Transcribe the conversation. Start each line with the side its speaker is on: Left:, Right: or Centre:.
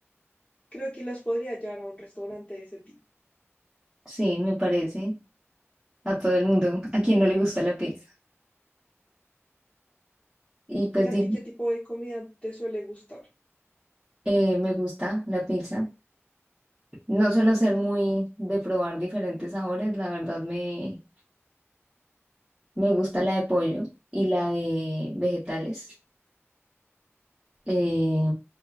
Left: Creo que las podría llevar a un restaurante de ese tipo.
Right: Sí, me parece a todo el mundo, a quien no le gusta la pizza. Y pues
Left: ¿Y a
Right: dime,
Left: ti qué tipo de comida te suele gustar?
Right: eh, me gusta la pizza. No suelo ser muy de probar diferentes sabores, la verdad me, me gusta la de pollo y la de vegetales. Eh,